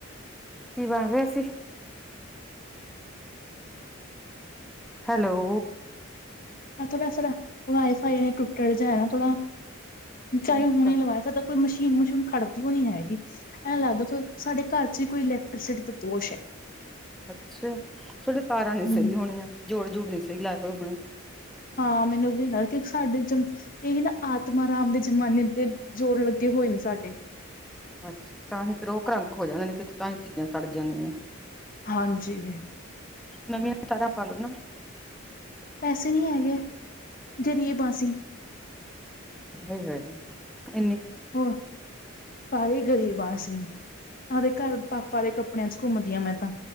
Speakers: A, in the centre; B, on the left.
A: ਕੀ ਬਣ ਰਿਹਾ ਸੀ ਹੈਲੋ
B: ਆ ਥੋੜਾ ਸਰ ਵਾਈਫਾਈ ਟੁੱਟਰ ਜਾ ਨਾ ਥੋੜਾ, ਚਾਹੇ
A: ਅੱਛਾ
B: ਹੁਣੇ ਲਵਾ ਸਕਦਾ ਕੋਈ ਮਸ਼ੀਨ ਮਸ਼ੂਨ ਖੜਦੀ ਉਹ ਨੀ ਹੈਗੀ, ਐਂ ਲੱਗਦਾ ਕੋ ਸਾਡੇ ਘਰ ਚ ਹੀ ਕੋਈ ਇਲੈਕਟ੍ਰੀਸਿਟੀ ਦਾ ਦੋਸ਼ ਹੈ
A: ਅੱਛਾ, ਤੁਹਾਡੇ ਤਾਰਾਂ ਨੀ
B: ਹੂੰ
A: ਸਹੀ ਹੋਣੀਆਂ, ਜੋੜ- ਜੋੜ ਨੀ ਸਹੀ ਲਾਏ ਹੋਏ ਹੋਣੇ
B: ਹਾਂ ਮੈਨੂੰ ਵੀ ਲਗਦਾ ਕਿਉਂਕਿ ਸਾਡੇ ਜਮ ਸੀ ਇਹੀ ਨਾ ਆਤਮਾ ਰਾਮ ਦੇ ਜ਼ਮਾਨੇ ਦੇ ਜੋੜ ਲੱਗੇ ਹੋਏ ਨੇ ਸਾਡੇ
A: ਅੱਛਾ, ਤਾਂ ਹੀ ਫੇਰ ਉਹ ਕਰ੍ਰੰਕ ਹੋ ਜਾਂਦੇ ਨੇ ਕਿ ਤਾਂ ਹੀ ਚੀਜ਼ਾਂ ਸੜ ਜਾਂਦੀਆਂ ਨੇ।
B: ਹਾਂਜੀ।
A: ਨਵੀਆਂ ਤਾਰਾ ਪਾਲੋ ਨਾ।
B: ਪੈਸੇ ਨਹੀਂ ਹੈਗੇ, ਗਰੀਬ ਅਸੀਂ।
A: ਹ ਹ ਇਨੀ।
B: ਹੋਰ ਭਾਵੇਂ ਗ਼ਰੀਬ ਆ ਅਸੀ, ਉਹਦੇ ਘਰ ਪਾਪਾ ਦੇ ਕੱਪੜਿਆਂ ਚ ਘੁੰਮਦੀ ਆ ਮੈਂ ਤਾਂ